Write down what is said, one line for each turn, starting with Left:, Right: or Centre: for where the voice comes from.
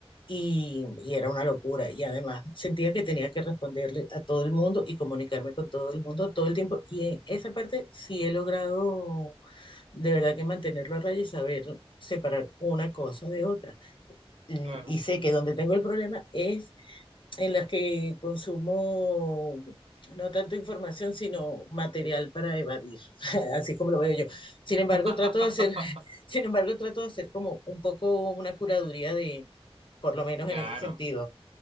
Left: y, y era una locura. Y además sentía que tenía que responderle a todo el mundo y comunicarme con todo el mundo todo el tiempo. Y en esa parte sí he logrado de verdad que mantenerlo a raya y saber separar una cosa de otra y
Right: claro,
Left: y sé que donde tengo el problema es en las que consumo no tanto información, sino material para evadir, <laughs> así como lo veo yo. Sin
Right: <laughs>
Left: embargo, trato de hacer, <laughs> sin embargo, trato de hacer como un poco una curaduría de, por lo menos
Right: claro.
Left: en ese sentido.